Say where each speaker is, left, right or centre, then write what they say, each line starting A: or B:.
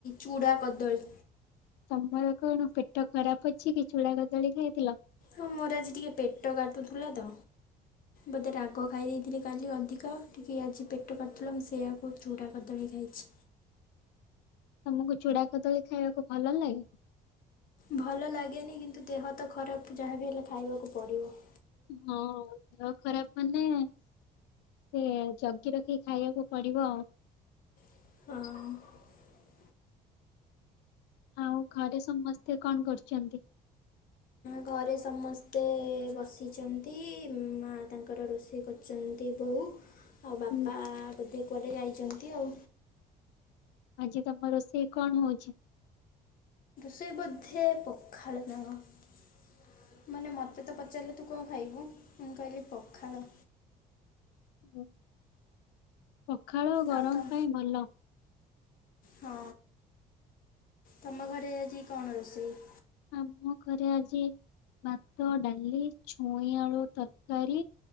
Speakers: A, on the left; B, on the left.
A: ଚୁଡ଼ା କଦଳୀ।
B: ତମର କଣ ପେଟ ଖରାପ ଅଛି କି ଚୂଳା କଦଳୀ ଖାଇଥିଲ।
A: ହଁ ମୋର ଆଜି ଟିକିଏ ପେଟ କାଟୁଥିଲା ତ ବୋଧେ ରାଗ ଖାଇ ଦେଇେଇଥିଲି କାଲି ଅଧିକ ଟିକିଏ ଆଜି ପେଟ କାଟୁଥିଲା ମୁଁ ସେଆକୁ ଚୂଡ଼ା କଦଳୀ ଖାଇଛି।
B: ତମକୁ ଚୁଡା କଦଳୀ ଖାଇବାକୁ ଭଲ ଲାଗେ।
A: ଭଲ ଲାଗେନି କିନ୍ତୁ ଦେହ ତ ଖରାପ ଯାହାବି ହେଲେ ଖାଇବାକୁ ପଡିବ।
B: ହଁ ଦେହ ଖରାପ ମାନେ। ସେ ଜଗି ରଖିକି ଖାଇବାକୁ ପଡିବ ଆଉ।
A: ହଁ।
B: ଆଉ ଘରେ ସମସ୍ତେ କଣ କରୁକନ୍ତି।
A: ଘରେ ସମସ୍ତେ ବସିଚନ୍ତି ମା ତାଙ୍କର ରୋଷେଇ କରୁଛନ୍ତି ବୋଉ। ଆଉ ବାପା
B: ହୁଁ
A: ବୋଧେ। କୁଆଡେ ଯାଇଛନ୍ତି ଆଉ।
B: ଆଜି ତମର ସେ କଣ ହଉଛି।
A: ସେ ବୋଧେ ପଖାଳ ନା। କଣ ମାନେ ମୋତେ ତ ପଚାରିଲେ ତୁ କଣ ଖାଇବୁ ମୁଁ କହିଲି ପଖାଳ।
B: ହଁ। ପଖାଳ ଗରମ
A: ଆଉ ତ
B: ପାଇଁ ଭଲ।
A: ହଁ ତମ ଘରେ ଆଜି କଣ ରୋଷେଇ।
B: ଆମ ଘରେ ଆଜି ଭାତ ଡାଲି ଛୁଇଁ ଆଳୁ ତରକାରୀ